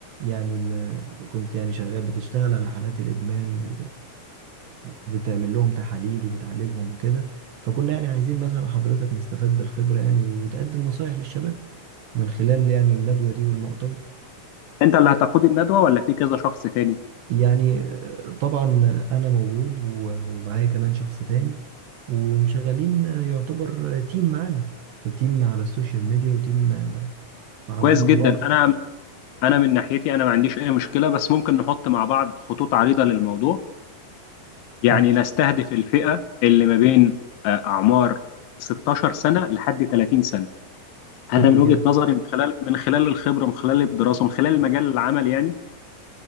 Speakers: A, on the right; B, on the left.
A: يعني ما كنت يعني شغال بتشتغل على حالات الادمان و... وبتعمل لهم تحاليل وبتعالجهم وكده فكنا يعني عايزين مثلا حضرتك نستفاد بالخبرة يعني وتقدم نصايح للشباب من خلال يعني الندوة دي والمؤتمر
B: انت اللي هتقود الندوة ولا في كذا شخص تاني؟
A: يعني آه، طبعا انا موجود و- ومعايا كمان شخص تاني ومشغلين آه، يعتبر آه، تيم معانا تيم على السوشيال ميديا وتيم آه، فعلى
B: كويس
A: أرض
B: جدا
A: الواقع
B: انا انا من ناحيتي انا ما عنديش اي مشكلة بس ممكن نحط مع بعض خطوط عريضة للموضوع يعني
A: ماشي
B: نستهدف الفئة اللي ما بين آه، أعمار 16 سنة لحد 30 سنة أنا
A: حلو
B: من وجهة
A: جدا
B: نظري من خلال من خلال الخبرة من خلال الدراسة من خلال مجال العمل يعني